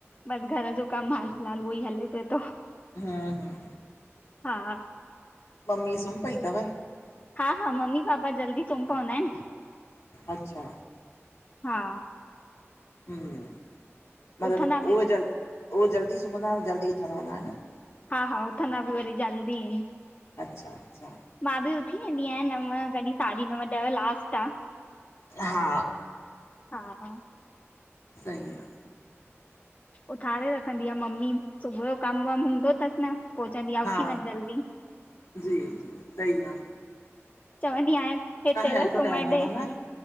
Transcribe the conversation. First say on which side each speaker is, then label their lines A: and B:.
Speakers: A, on the left; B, on the left.
A: ॿस घर ॼो कम हाल फ़िलहाल उयो ई हले पये तो।
B: हुं-हुं
A: हा
B: मम्मी सुम पई तव?
A: हा-हा मम्मी-पापा जल्दी सुम पवंदा आयन।
B: अच्छा
A: हा
B: मतलब
A: उथंदा
B: उयो
A: बि
B: जल उयो जल्दी सुमंदा जल्दी उथंदा हूंदा ह न?
A: हा-हा उथना ॿि वरी जल्दी आयन।
B: अच्छा-अच्छा
A: मां ॿि उथी वेंदी आयां नव कॾि साॾी नव ॾह लास्ट आ।
B: हा
A: हा-हा
B: सई आ
A: उथारे रखंदी आ मम्मी। सुबु ॼो कम वम हूंदो तस ना पो चवंदी आ
B: हा
A: उथी वञ जल्दी।
B: जी, सई आ।
A: चवंदी आयां, हिते
B: हेल्प
A: त सुूमण
B: कराईंदा
A: ॾे
B: हूंदा न?